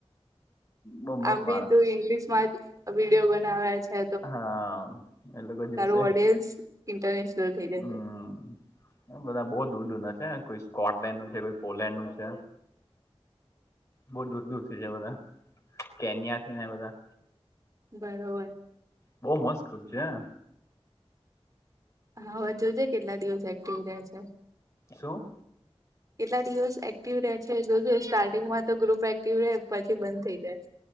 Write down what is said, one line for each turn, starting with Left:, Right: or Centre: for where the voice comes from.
Left: બહુ મસ્ત
Right: આમ
Left: માણસ
Right: બી તું તો ઈગ્લિશ મા વિડીયો બનાવે છે
Left: હા એ લોકો જોવશે
Right: તારું ઓડિયન્સ ઇન્ટરનેશનલ થઈ જશે
Left: હમ બધા બઉુ દૂર દૂરના છે કોઈ સ્કોટલેન્ડ નું છે કોઈ પોલેન્ડ નું છે. બહ દૂર દૂર થી જ બધા કેનિયાથી ના બધા
Right: બરોબર.
Left: બહુ મસ્ત છે.
Right: હા હવે જોજે કેટલા દિવસ એક્ટિવ રહે છે.
Left: શું.
Right: કેટલા દિવસ એક્ટિવ રહે છે જોજુ સ્ટાર્ટિંગમાં તો ગ્રુપ એક્ટિવ રહેે પછી બંધ થઇ જાય.